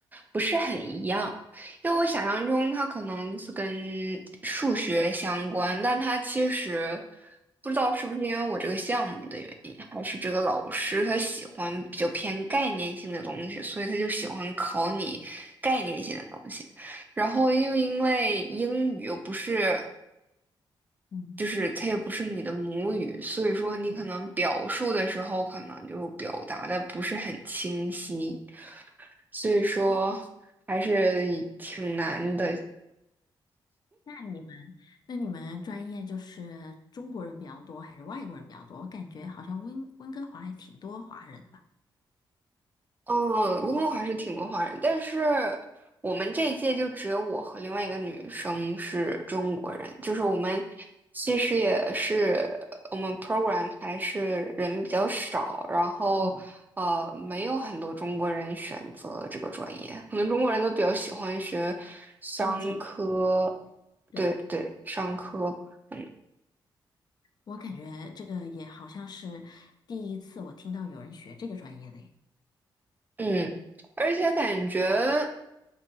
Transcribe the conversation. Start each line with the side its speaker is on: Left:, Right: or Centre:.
Right: 不是很一样，因为我想象中它可能是跟数学相关，但它其实不知道是不是因为我这个项目的原因，还是这个老师他喜欢比较偏概念性的东西，所以他就喜欢考你概念性的东西。然后又因为英语又不是。
Left: 嗯，
Right: 就是它也不是你的母语，所以说你可能表述的时候，
Left: 对，
Right: 可能就表达的不是很清晰，所以说
Left: 嗯，
Right: 还是挺难的。
Left: 那你们那你们专业就是中国人比较多还是外国人比较多？我感觉好像温温哥华还挺多华人的吧。
Right: 嗯，不过还是挺多华人，但是我们这一届就只有我和另外一个女生是中国人，就是我们其实也是我们 program 还是人比较少，然后呃没有很多中国人选择这个专业，
Left: 嗯，
Right: 可能中国人都比较喜欢学商科，
Left: 经济，对，
Right: 对对，商科。嗯。
Left: 我感觉这个也好像是第一次我听到有人学这个专业的耶。
Right: 嗯，而且感觉，